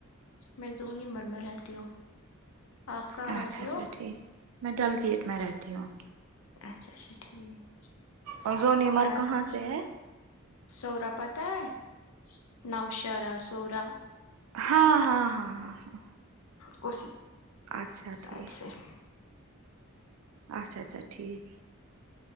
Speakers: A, on the left (about 80°); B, on the right (about 80°).
A: میں زونی مر میں رہتی ہوں آپ کہاں
B: اچھا
A: رہتی
B: اچھا
A: ہو
B: ٹھیک میں ڈل گیٹ میں رہتی ہوں
A: اچھا اچھا ٹھیک
B: اور زونیمر
A: کھانا
B: کہاں
A: کا
B: سے ہے
A: سوورا پتہ ہے نؤشارا سوورا
B: ہاں ہاں ہاں ہاں
A: کوشش
B: اچھا
A: سیٹ
B: ٹھیک
A: سے ہے
B: اچھا اچھا ٹھیک